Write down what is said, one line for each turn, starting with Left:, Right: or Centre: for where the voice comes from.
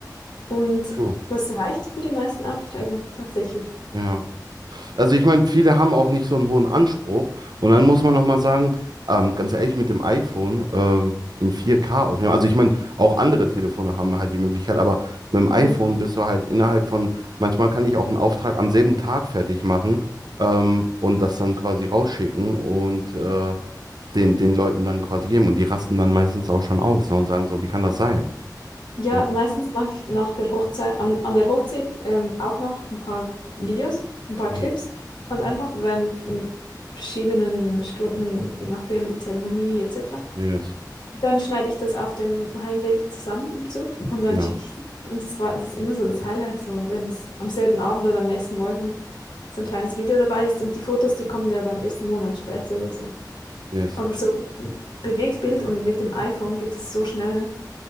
Left: Und
Right: true.
Left: das reicht für die meisten Aufträge tatsächlich.
Right: Ja. Also ich meine, viele haben auch nicht so einen hohen Anspruch. Und dann muss man nochmal sagen, ähm, ganz ehrlich, mit dem iPhone ähm, in 4K aufnehmen. Also ich meine, auch andere Telefone haben halt die Möglichkeit, aber mit dem iPhone
Left: Mhm.
Right: bist du halt innerhalb von, manchmal kann ich auch einen Auftrag am selben Tag fertig machen ähm, und das dann quasi rausschicken und äh, den, den Leuten dann quasi geben. Und die rasten dann meistens auch schon aus, ne, und sagen so, wie kann das sein?
Left: Ja,
Right: Ja.
Left: meistens mache ich nach der Hochzeit, an, an der Hochzeit ähm, auch noch ein paar Videos, ein paar
Right: Hm.
Left: Clips, halt einfach während ähm, verschiedenen Stunden, je nachdem, Zeremonie etc.
Right: Yes.
Left: Dann schneide ich das auf dem Heimweg zusammen im Zug und dann
Right: Ja.
Left: schicke ich das. Und das war das ist immer so das Highlight, so wenn das am selben Abend oder am nächsten Morgen so ein kleines Video dabei ist. Und die Fotos, die kommen ja dann erst einen Monat später oder so.
Right: Yes.
Left: Aber so Bewegtbild und mit dem iPhone geht es so schnell.